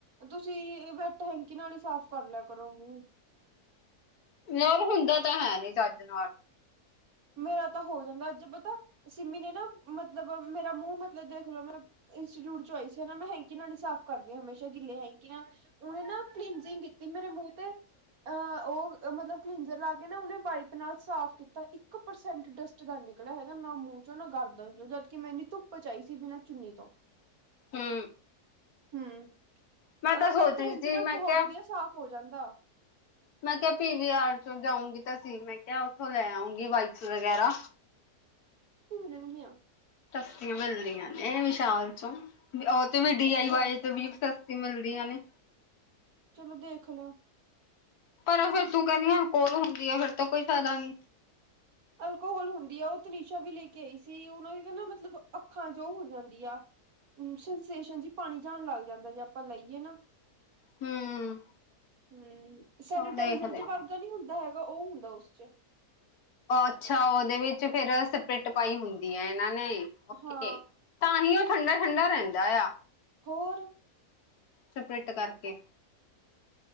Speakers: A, on the right; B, on the left.
A: ਤੁਸੀਂ ਹੈਂਕੀ ਨਾਲ ਹੀ ਸਾਫ਼ ਕਰ ਲਿਆ ਕਰੋ ਮੂੰਹ।
B: ਯਾਰ ਹੁੰਦਾ ਤਾਂ ਹੈ ਨੀ ਚੱਜ ਨਾਲ।
A: ਮੇਰਾ ਤਾਂ ਹੋ ਜਾਂਦਾ। ਜ ਪਤਾ ਸਿੰਮੀ ਨੇ ਨਾ, ਮਤਲਬ ਮੇਰਾ ਮੂੰਹ ਮਤਲਬ ਦੇਖਲੋ। ਮੈਂ ਇੰਸਚਿਊਟ ਚ ਆਈ ਸੀ। ਨਾ ਮੈਂ ਹੈਂਕੀ ਨਾਲ ਹੀ ਸਾਫ਼ ਕਰਦੀ ਹਾਂ। ਹਮੇਸ਼ਾ ਗਿੱਲੇ ਹੈਂਕੀ ਨਾਲ, ਉਹਨੇ ਨਾ ਕਲੀਨਜਿੰਗ ਕੀਤੀ। ਮੇਰੇ ਮੂੰਹ ਤੇ, ਅਹ ਉਹ ਮਤਲਬ ਕਲੀਨਜਰ ਲਾ ਕੇ, ਨਾ ਉਹਨੇ ਵਾਈਪ ਨਾਲ ਸਾਫ ਕੀਤਾ। ਇੱਕ ਇੱਕ ਪਰਸੈਂਟ ਡਸਟ ਦਾ ਨਿਕਲਿਆ ਹੈਗਾ। ਨਾ ਮੂੰਹ ਚੋਂ ਨਾ ਗਰਦਨ। ਜਦਕਿ ਮੈਂ ਇੰਨੀ ਧੁੱਪ ਚ ਆਈ ਸੀ। ਬਿਨਾਂ ਚੁੰਨੀ ਤੋਂ
B: ਹੂੰ।
A: ਹਮ,
B: ਮੈਂ ਤਾਂ
A: ਅ
B: ਸੋਚ
A: ਪਰ
B: ਰਹੀ
A: ਹੈਂਕੀ
B: ਸੀ
A: ਨਾਲ
B: ਮੈਂ
A: ਬਹੁਤ
B: ਕਿਹਾ
A: ਵਧੀਆ ਸਾਫ਼ ਹੋ ਜਾਂਦਾ।
B: ਮੈਂ ਕਿਹਾ ਪੀ ਵੀ ਆਰ ਚ ਜਾਊਂਗੀ। 'ਤਾਂ ਸੀ ਮੈਂ ਕਿਹਾ ਉਥੋਂ ਲੈ ਆਉਂਗੀ। ਵਾਇਪਸ ਵਗੈਰਾ।
A: ਜਾਣਗੀਆਂ।
B: ਸਸਤੀਆਂ ਮਿਲਦੀਆਂ ਨੇ ਵਿਸ਼ਾਲ ਚੋਂ, ਉਹ 'ਤੇ ਵੀ ਡੀ
A: ਅੱਛਾ
B: ਆਈ ਵਾਈ ਚ ਵੀ ਸਰ ਮਿਲਦੀਆਂ ਨੇ।
A: ਚਲੋ, ਦੇਖ ਲਓ।
B: ਪਰ ਫਿਰ ਤੂੰ ਕਰਣੀ ਉਹ ਕੋਲ ਹੁੰਦੀ ਆ। ਫਿਰ ਤਾਂ ਕੋਈ ਫਿਆਦਾ ਨਹੀਂ।
A: ਅਲਕੋਹਲ ਹੁੰਦੀ ਆ। ਉਹ 'ਤੇ ਨਿਸ਼ਾ ਵੀ ਲੈ ਕੇ ਆਈ ਸੀ। ਉਹਨਾਂ ਦੀ ਨਾ ਮਤਲਬ ਅੱਖਾਂ ਚ ਹੋ ਜਾਂਦੀ ਆ। ਸੰਸੇਸ਼ਨ ਜੀ ਪਾਣੀ ਜਾਣ ਲੱਗ ਜਾਂਦਾ। ਜੇ ਆਪਾਂ ਲਈਏ ਨਾ।
B: ਹੂੰ
A: ਹੂੰ, ਸੈਨੀਟਾਈਜ਼ਰ
B: ਉਹ ਦੇਖਦੇ
A: ਜ
B: ਆ।
A: ਵਰਗਾ ਨਈ ਹੁੰਦਾ ਉ। ਉਹ ਹੁੰਦਾ ਉਸ ਚ
B: ਅੱਛਾ। ਉਹਦੇ ਵਿੱਚ ਫਿਰ ਸਪਰੇਟ ਪਾਈ ਹੁੰਦੀ ਏ। ਇਹਨਾਂ ਨੇ- ਓਕੇ,
A: ਹਾਂ
B: ਤਾਂ ਹੀ ਉਹ ਠੰਡਾ -ਠੰਡਾ ਰਹਿੰਦਾ ਆ।
A: ਹੋਰ।
B: ਸਪਰਿਟ ਕਰਕੇ